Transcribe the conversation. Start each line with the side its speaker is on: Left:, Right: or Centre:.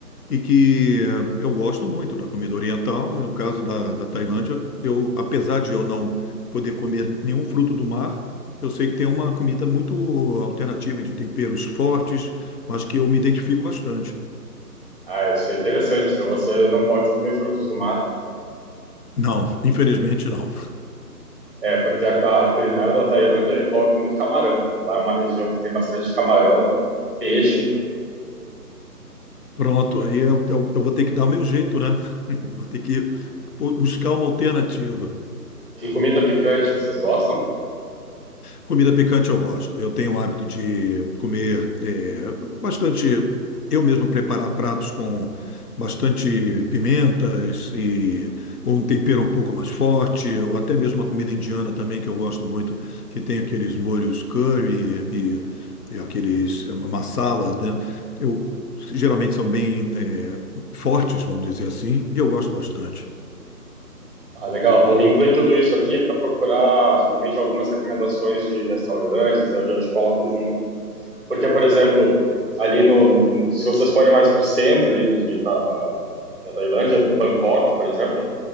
Left: E que eh, eu gosto muito da comida oriental, e no caso da, da Tailândia, eu, apesar de eu não poder comer nenhum fruto do mar, eu sei que tem uma comida muito alternativa de temperos fortes, mas que eu me identifico bastante.
Right: Ah, isso é interessante. Então você não pode comer frutos do mar,
Left: Não, infelizmente não.
Right: é porque a, a culinária da Tailândia envolve muito camarão. Lá é uma região que tem bastante camarão, peixe
Left: Pronto, aí eu, eu- eu vou ter que dar o meu jeito, né? <laughs> Vou ter que bu- buscar uma alternativa.
Right: e comida picante. Vocês gostam?
Left: Comida picante eu gosto. Eu tenho o hábito de comer é, bastante, eu mesmo preparar pratos com bastante pimentas e ou um tempero um pouco mais forte, ou até mesmo uma comida indiana também que eu gosto muito, que tem aqueles molhos curry e, e aqueles eh, masala, né? Eu geralmente são bem é, fortes, vamos dizer assim, e eu gosto bastante.
Right: Ah, legal. Vou incluir tudo isso aqui para procurar também de algumas recomendações de restaurantes. Eu já te coloco junto, porque por exemplo, ali no, se vocês forem mais para o centro ali de, de Ta- da Tailândia, Bangkok, por exemplo